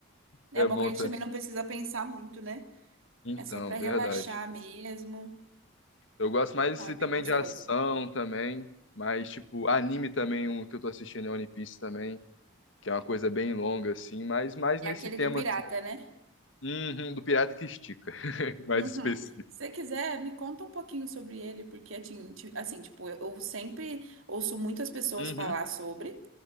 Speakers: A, on the right; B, on the left.
A: É
B: É
A: bom
B: bom
A: que a gente
B: também.
A: também não precisa pensar muito, né?
B: Então,
A: É só pra relaxar
B: verdade.
A: mesmo.
B: Eu gosto mais
A: Não,
B: assim,
A: é bem
B: também
A: gostoso.
B: de ação também, mas, tipo, anime também, um que eu tô assistindo é One Piece também, que é uma coisa bem longa, assim, mas mais
A: É
B: nesse
A: aquele
B: tema,
A: do pirata,
B: assim.
A: né?
B: Uhum, do pirata que estica, <laughs> mais
A: Uhum.
B: específico.
A: Se você quiser, me conta um pouquinho sobre ele, porque assim, ti- assim, tipo, eu eu sempre ouço muitas pessoas
B: Uhum,
A: falar sobre,